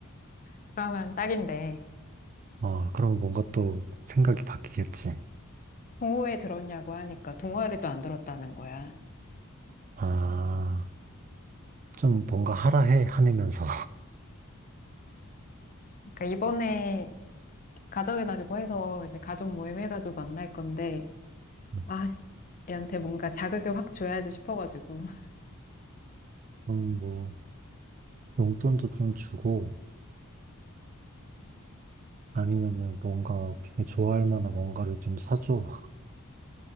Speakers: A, on the left; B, on the right.
A: 그러면 딱인데.
B: 어, 그럼 뭔가 또 생각이 바뀌겠지.
A: 동호회 들었냐고 하니까 동아리도 안 들었다는 거야.
B: 아, 좀 뭔가 하라 해, 화내면서.
A: 그러니까 이번에 가정의 날이고 해서 이제 가족 모임 해가지고 만날 건데,
B: <laughs>
A: 아, 얘한테 뭔가 자극을 확 줘야지 싶어가지고. <laughs>
B: 음, 뭐, 용돈도 좀 주고, 아니면은 뭔가 걔 좋아할 만한 뭔가를 좀 사줘. <laughs>